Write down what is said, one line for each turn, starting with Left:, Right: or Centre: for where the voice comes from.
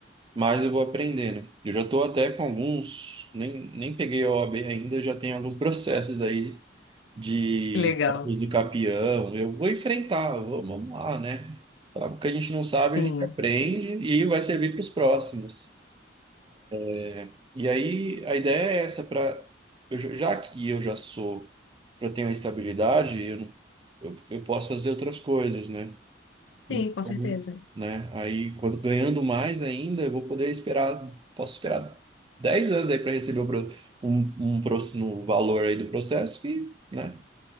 Right: mais eu vou aprender, né? Eu já estou até com alguns, nem, nem peguei a OAB ainda, já tenho alguns processos aí de
Left: que legal.
Right: desafios do Capião. Eu vou enfrentar, eu vou- vamos lá, né? Falar o que a gente não sabe,
Left: Sim,
Right: a gente aprende e vai servir para os próximos. É, E aí a ideia é essa para já que eu já sou, já tenho a estabilidade, eu, não- eu, eu posso fazer outras coisas, né?
Left: sim,
Right: Então,
Left: com certeza.
Right: né? Aí quando ganhando mais ainda, eu vou poder esperar, posso esperar 10 anos aí para receber o pro- um, um próximo valor aí do processo que, né?